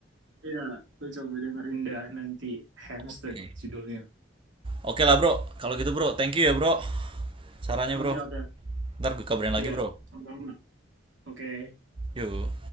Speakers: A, on the right (about 70°); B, on the right (about 25°).
A: ya, lu coba dengerin dah nanti Hampstead
B: Oke.
A: judulnya.
B: Oke lah bro. Kalau gitu bro, thank you ya bro. Sarannya
A: Oke,
B: bro.
A: okay, oke. Okay.
B: Ntar gue kabarin lagi
A: Iya,
B: bro.
A: sama-sama. Oke. Okay.
B: Yuk.